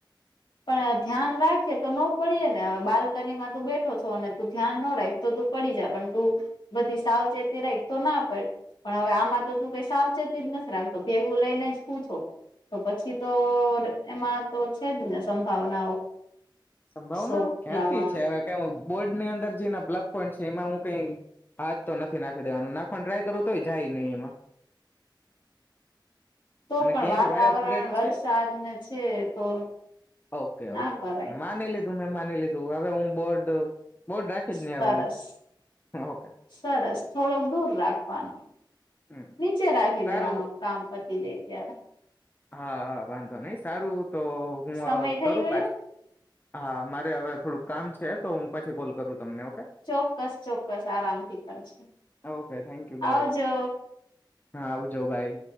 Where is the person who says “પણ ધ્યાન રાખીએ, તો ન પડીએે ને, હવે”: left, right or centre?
Left